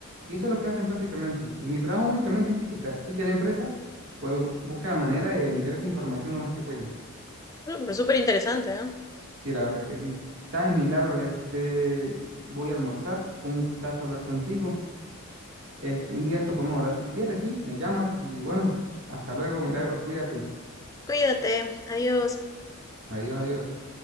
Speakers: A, on the right; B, on the left.
A: Y eso es lo que hacen prácticamente. Y mi trabajo únicamente es etiquetar, ¿sí? Ya la empresa, pues bu- busca la manera de vender esa información lo más que puede.
B: Mm, Súper interesante, ¿eh?
A: Sí, la verdad que sí. Sabes, Milagro, este, voy a almorzar. Fue Un gustazo hablar contigo. Este, un día de esto podemos hablar si quieres, sí, me llamas y bueno, hasta luego, Milagros, cuídate.
B: Cuídate, adiós.
A: Adiós, adiós.